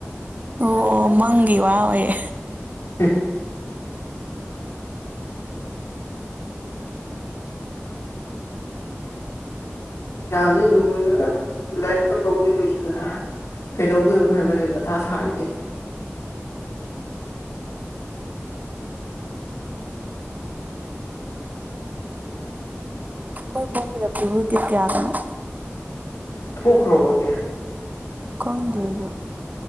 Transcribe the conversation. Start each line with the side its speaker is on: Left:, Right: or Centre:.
Right: ꯑꯣ ꯑꯣ ꯃꯪꯒꯤ ꯋꯥ ꯑꯣꯏꯔꯦ
Left: ꯎꯝ ꯀꯖꯤ ꯂꯣꯏꯣꯏꯒ ꯂꯩ ꯈꯤꯛꯇꯪ ꯇꯧꯕꯗꯤ ꯂꯣꯏꯁꯤꯜꯂꯛꯑꯅꯤ ꯀꯩꯗꯧꯗꯣꯏꯅꯣ ꯈꯟꯕꯅꯦ ꯃꯊꯥ ꯁꯥꯔꯤꯁꯦ
Right: ꯀꯣꯏ ꯐꯗꯕꯤꯚꯨꯗꯤ ꯀꯌꯥꯔꯅꯣ
Left: ꯊꯣꯛꯈ꯭ꯔꯕꯣꯗꯤ
Right: ꯀꯗꯁꯨ